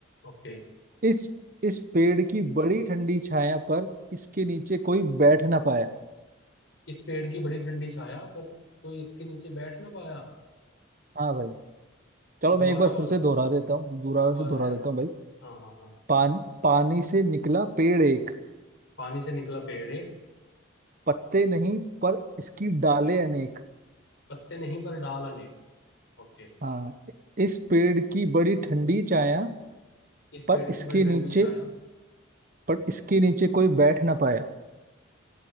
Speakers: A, on the left; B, on the right.
A: ओके
B: इस इस पेड़ की बड़ी ठंडी छाया पर इसके नीचे कोई बैठ ना पाया
A: इस पेड़ की बड़ी ठंडी छाया पर कोई इसके नीचे बैठ ना पाया
B: हाँ भाई चलो मैं
A: दोबारा
B: एक बार फिर
A: बोलो
B: से दोहरा देता हूँ दोबारा
A: दोबारा
B: से दोहरा
A: यार
B: देता हूँ भाई
A: हाँ हाँ हाँ
B: पान पानी से निकला पेड़ एक
A: पानी से निकला पेड़ एक
B: पत्ते नहीं पर इसकी डालें अनेक
A: पत्ते नहीं पर डाल अनेक ओके
B: हाँ इस पेड़ की बड़ी ठंडी छाया
A: इस
B: पर
A: पेड़
B: इसके
A: की बड़ी ठंडी
B: नीचे
A: छाया
B: पर इसके नीचे कोई बैठ ना पाया